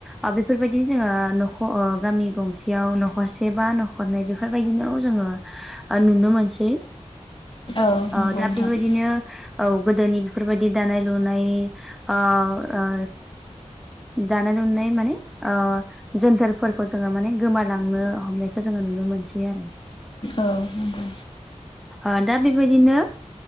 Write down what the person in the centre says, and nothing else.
ओ बेफोरबायदिनो जोङो नख'ओ गामि गंसेयाव न'खरसे बा न'खरनै बेफो फोरबायदिनाव जोङो ओ नुनो मोनसै।
ओ
दा
बेबायदिनो
औ गोदोनि बिफोरबायदि दानाय लुनाय ओ ओ दानाय लुनाय माने ओ जोन्थोरफोरखौ जोङो माने गोमालांनो हमनायखो जोङो नुनो मोनसै आरो।
औ दा बिबायदिनो